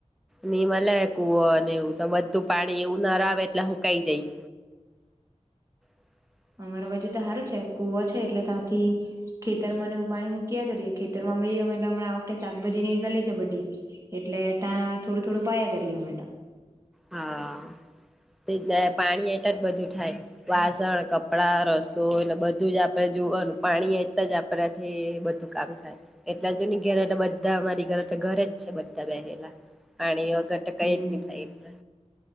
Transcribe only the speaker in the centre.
નિનીમ લયકું હો અને એવું તો બધું પાણી એવું ના આવે એટલે હુંકાઈ જાય. હ.
હા તે. પાણી એટલા જ બધું થાય વાસણ કપડા રસો એને બધું જ આપણેે જોવાનું પાણી. એટ જ આપણાથી બધું કામ થાય એટલા જ ની ઘરે બધા અરી ઘરે ઘરે જ છે બધા. બેલા પાણી વગર તો કઈ
જ નહી થાય એટલે.